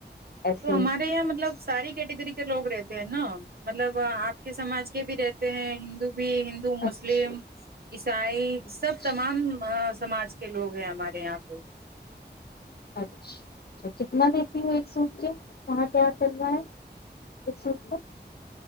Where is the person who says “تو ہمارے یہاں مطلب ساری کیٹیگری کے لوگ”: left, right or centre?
Right